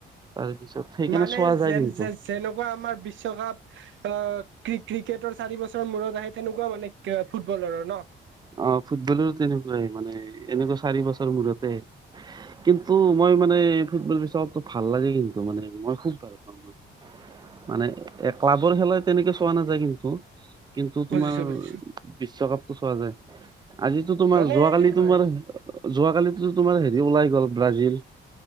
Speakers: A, on the right; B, on the right.
A: তাৰপিছত সেইকাৰণে
B: মানে
A: চোৱা যায়
B: যেন
A: কিন্তু
B: যেনেকুৱা আমাৰ বিশ্বকাপ অহ, ক্ৰি-ক্ৰিকেটৰ চাৰি বছৰ মূৰত আহে তেনেকুৱা মানে ফুটবলৰো ন'।
A: অহ, ফুটবলৰো তেনেকুৱাই মানে এনেকুৱা চাৰি বছৰ মূৰতে। কিন্তু মই মানে ফুটবল বিচা ভাল লাগে কিন্তু মানে মই খুব ভাল পাওঁ। মই মানে এ ক্লাবৰ খেলা তেনেকে চোৱা নাযায়। নাযায় কিন্তু, কিন্তু
B: বুজিছো
A: তোমাৰ
B: বুজিছো
A: বিশ্বকাপটো চোৱা যায়। আজিতো তোমাৰ,
B: মানে
A: যোৱাকালি
B: হয়
A: তোমাৰ যোৱাকালিতো তোমাৰ হেৰি ওলাই গ'ল ব্ৰাজিল।